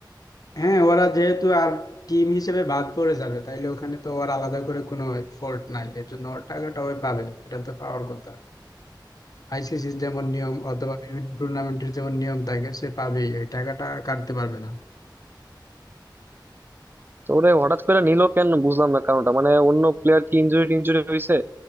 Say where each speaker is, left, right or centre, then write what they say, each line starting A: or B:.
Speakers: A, on the left; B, on the right.
A: হ্যাঁ ওরা যেহেতু আর টিম হিসেবে বাদ পড়ে যাবে তাইলে ওখানে তো ওর আলাদা করে কোনো ফল্ট নাই এর জন্য ওর টাকাটা ওই পাবে এটা তো পাওয়ার কথা আইসিসির যেমন নিয়ম অথবা বিভিন্ন টুর্নামেন্টের যেমন নিয়ম থাকে সে পাবেই এই টাকাটা কাটতে পারবে না
B: তো ওরে হঠাৎ করে নিল কেন বুঝলাম না কারণটা মানে অন্য প্লেয়ার কি ইনজুরি টিনজুরি হয়েছে